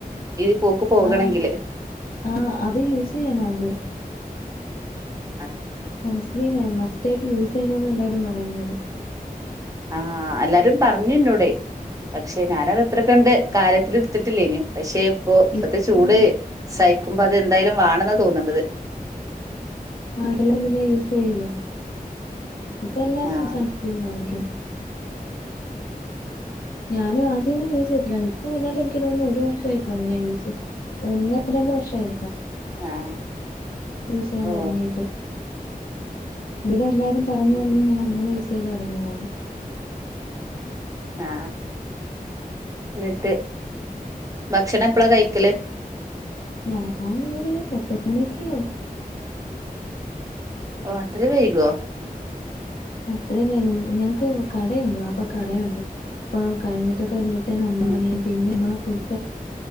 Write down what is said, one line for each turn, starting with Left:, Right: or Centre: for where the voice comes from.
Right: ഈ പോക്ക് പോകണെങ്കില്
Left: ആ ആ അത് യൂസ് ചെയ്യണംഅത്
Right: അ
Left: സൺസ്ക്രീന മസ്റ്റ് ആയിട്ട് യൂസ് ചെയ്യണന്ന് എല്ലാരും പറയുന്നത്
Right: ആ എല്ലാരും പറഞ്ഞുനോട്‌ പക്ഷെ ഞാനത് അത്രക്കണ്ട്
Left: ആഹ്
Right: കാര്ത്തിൽ ഇ ടുത്തിട്ടില്ലെന്ന് പക്ഷെ ഇപ്പൊ ഇപ്പത്തെ
Left: ഇപ്
Right: ചൂട്
Left: ഉം
Right: സൈ <unintelligible> അത് എന്തായാലും വേണെന്ന് തോന്നണ്ടത്
Left: ആ <unintelligible> പിന്നെ യൂസ് ചെയ്യല്ലോ ഇപ്പൊ എല്ലാരും
Right: ആഹ്
Left: സൺസ്ക്രീൻ വാങ്ങിക്കും ഞാനും ആദ്യന്നും യൂസ് ചെയ്യത്തില്ലന്ന് ഇപ്പം ഏതാണ്ട് എനിക്ക് തോന്നുന്നു ഒരു വർഷംമായിക്കാണ് ഞാൻ യൂസ് ഒന്ന് രണ്ട് വർഷായി
Right: ആഹ്
Left: യൂസ് ചെയ്യാൻ
Right: ഓ
Left: തുടങ്ങിയിട്ട് ഇവിടെ എല്ലാരും പറഞ്ഞു
Right: ഉം
Left: പറഞ്ഞു ഞാൻ അങ്ങനെ യൂസ് <unintelligible> യ്തു തുടങ്ങിയതാണ്
Right: ആ ന്നിട്ട് ഭക്ഷണം എപ്പളാ കഴിക്കല്
Left: ഞാൻ ഇവിടെ പത്തുമണിയക്കെ ആവും
Right: ഓ അത്ര വൈകോ
Left: അത്രയും വേഗം ഞങ്ങൾക്ക് കടയുണ്ട് വാപ്പക്ക് കടയുണ്ട് അപ്പൊ കഴിഞ്ഞിട്ടൊക്കെ വരുമ്പ അ ഒമ്പത്
Right: ആഹ്
Left: മണിയാവും പിന്നെമ്മ ഫുഡ